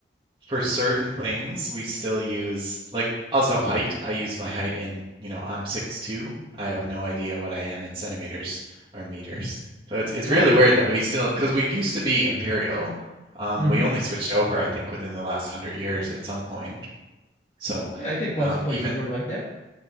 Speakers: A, on the right; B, on the left.
A: for certain things we still use like also height. I use my height in, you know, I'm six two. I have no idea what I am in centimeters or meters. So it's it's
B: Oh,
A: really weird that we still because we used to be imperial. Um,
B: hmm
A: we only switched over, I think, within the last hundred years at some point. So
B: Yeah, I think most
A: um,
B: places
A: even
B: were like that.